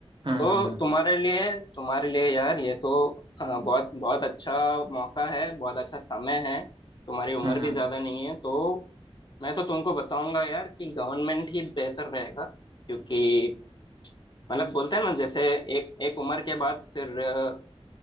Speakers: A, on the right; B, on the left.
A: हम्म
B: तो
A: हम्म
B: तुम्हारे लिए तुम्हारे लिए यार ये तो हाँ, बहुत बहुत अच्छा मौका है बहुत अच्छा समय है तुम्हारी उम्र
A: हम्म
B: भी ज्यादा नहीं है तो मैं तो तुमको बताऊंगा यार कि गवर्नमेंट ही बेहतर रहेगा क्योंकि मतलब बोलते हैं ना जैसे एक एक उम्र के बाद फिर अ,